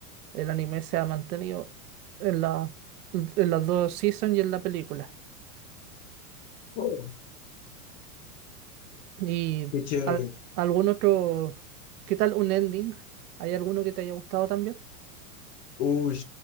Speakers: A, on the right; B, on the left.
A: el anime se ha mantenido en la, en las dos seasons y en la película.
B: Oh,
A: ¿Y
B: qué chévere.
A: al- algún otro? ¿Qué tal un ending? ¿Hay alguno que te haya gustado también?
B: Uy.